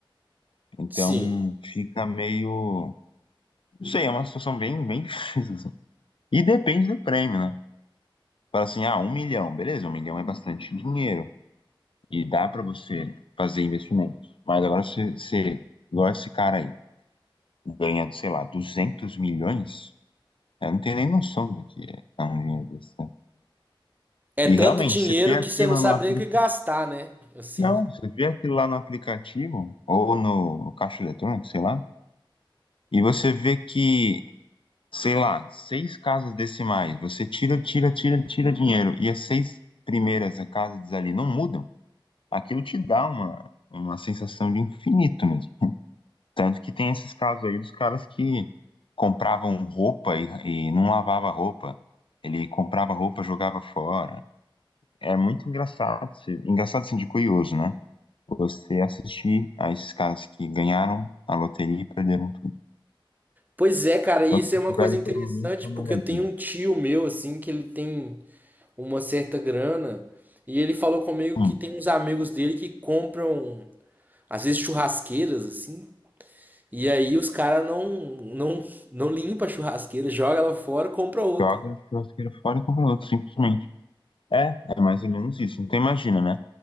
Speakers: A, on the left; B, on the right.
A: Então,
B: Sim.
A: fica meio Não sei, é uma situação bem, bem <laughs> difícil, assim. E depende do prêmio, né? Fala assim, ah, um milhão, beleza, um milhão é bastante dinheiro. E dá pra você fazer investimentos. Mas agora se você, igual esse cara aí, ganha, sei lá, 200 milhões, eu não tenho nem noção do que é dar um dinheiro desse, né?
B: É
A: E
B: tanto
A: realmente,
B: dinheiro
A: você vê aquilo
B: que você não sabe
A: no aplicativo.
B: nem o que gastar, né? Assim.
A: Não, você vê aquilo lá no aplicativo, ou no, no caixa eletrônico, sei lá, e você vê que sei lá, seis casas decimais, você tira, tira, tira, tira dinheiro, e as seis primeiras casas ali não mudam, aquilo te dá uma, uma sensação de infinito mesmo. <laughs> Tanto que tem esses casos aí dos caras que compravam roupa e, e não lavava roupa. Ele comprava roupa, jogava fora. É muito engraçado, se- engraçado assim de curioso, né? Você assistir a esses caras que ganharam a loteria e perderam tudo.
B: Pois é, cara,
A: Quando
B: e isso
A: você
B: é uma
A: tiver,
B: coisa interessante,
A: pelo menos, dá uma
B: porque
A: olhadinha.
B: eu tenho um tio meu, assim, que ele tem uma certa grana, e ele falou comigo
A: Hum.
B: que tem uns amigos dele que compram Às vezes churrasqueiras, assim. E aí os caras não, não, não limpa a churrasqueira, joga ela fora, compra outra.
A: Joga a churrasqueira fora e compra outro, simplesmente. É, é mais ou menos isso. Então imagina, né?